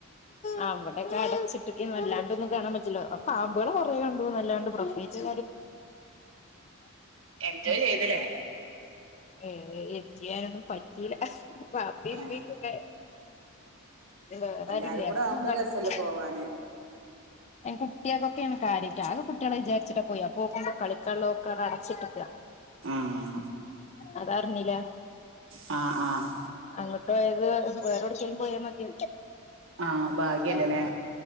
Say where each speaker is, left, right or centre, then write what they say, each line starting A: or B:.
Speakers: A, on the left; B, on the right.
A: ആ ടെക്ക അടച്ചിട്ട്ക്കി നല്ലാണ്ടൊന്നും കാണാൻ പറ്റില്ലോ പാമ്പുകള് കൊറേണ്ട്ന്നല്ലാണ്ട് പ്രത്യേകിച്
B: എൻജോയ്
A: <unintelligible> <unintelligible>
B: ചെയ്തില്ലേ
A: ഏ എന്ത് ചെയ്യാനൊന്നും പറ്റൂല്ല ബാപ്പിമ്മീംക്കെ
B: ആഹ്
A: ല്ലേ വേറെ
B: എല്ലാരും
A: ആരുല്ലേ
B: കൂടെ
A: <unintelligible>
B: ആവുമ്പോ രസല്ലേ പോവാന്
A: എ കുട്ടികൾക്കൊക്കെയാണ് കാര്യായിട്ട് ആകെ കുട്ടികളെ വിചാരിച്ചിട്ട പോയി പോകക്കുമോ കളി കാള്ളൊക്കെ അടച്ചിട്ടിക്കാ
B: ആഹ
A: അതറിഞ്ഞില്ല
B: ആ ആ
A: അങ്ങോട്ട്യത് വേറെ എടക്കങ്കലും പോയാ മതി
B: ആഹ് ഭാഗ്യല്ലല്ലേ
A: ഉ